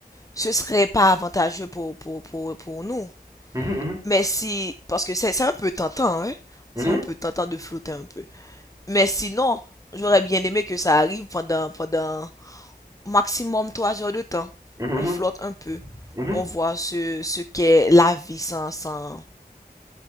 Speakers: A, on the left; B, on the right.
A: ce serait pas avantageux pour, pour, pour, pour nous.
B: Mhm,
A: Mais si, parce que c'est c'est un peu tentant, hein.
B: mhm,
A: C'est un peu tentant de flotter un peu. Mais sinon, j'aurais bien aimé que ça arrive pendant, pendant maximum trois heures de temps.
B: mhm, mhm,
A: On flotte un peu.
B: mhm,
A: On voit ce, ce qu'est la vie sans, sans,